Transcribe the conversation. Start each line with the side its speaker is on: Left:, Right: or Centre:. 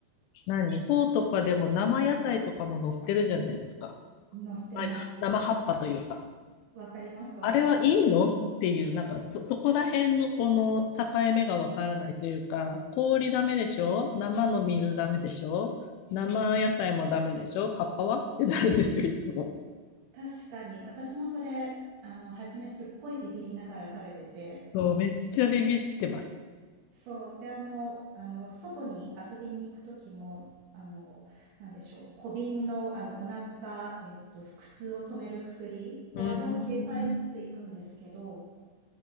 Left: 何フォーとかでも生野菜とかも載ってるじゃないですか。
Right: 乗ってます。
Left: まあ生葉っぱというか。
Right: わかります、わかります。
Left: あれはいいのっていう、なんかそ、そこら辺のこの境目がわからないというか、氷ダメでしょ生の水ダメでしょ生野菜もダメでしょ葉っぱはってなるんですよ、いつも。
Right: 確かに。私もそれ、あの、初めすっごいビビりながら食べてて。
Left: そう、めっちゃビビってます。
Right: そう。で、あのあの、外に遊びに行く時も、あの、なんでしょう、小瓶の、あの、お腹、えっと、腹痛を止める薬を、
Left: うん。
Right: あれを携帯しつつ行くんですけど、
Left: うん